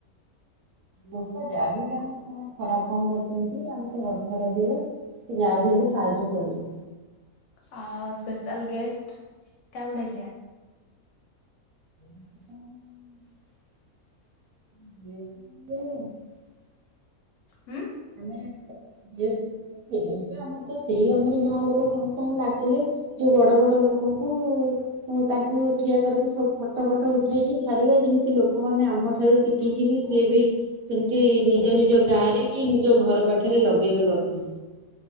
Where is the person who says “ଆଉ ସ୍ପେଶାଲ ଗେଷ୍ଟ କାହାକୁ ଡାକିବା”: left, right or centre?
Left